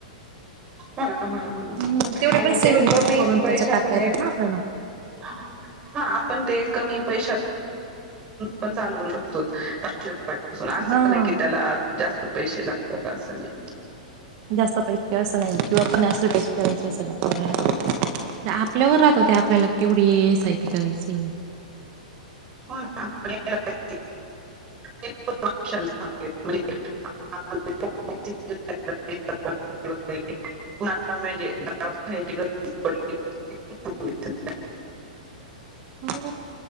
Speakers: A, on the right (about 25°); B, on the right (about 45°).
A: हो हो ना हो ना
B: हम्म तेवढे
A: आणि
B: पण सेव्हिंग
A: ते कमी
B: करून करून
A: पैशातून
B: त्याच्यात टाकता येतात
A: एक
B: ना आपल्याला.
A: हा आपण ते कमी पैशात, पण चालू करू शकतो पाचशे रुपयापासून असं
B: हा
A: नाही की त्याला जास्त पैसे लागतात असं नाही.
B: जास्त पैसे असं नाही, किंवा पन्नास रूपये पैसे करायचे असेल आपल्याला आपल्यावर राह ते आपल्याला केवढी ए एस आय पी करायची.
A: हो ना, म्ह <unintelligible> <unintelligible> ता म्हजे <unintelligible>
B: हो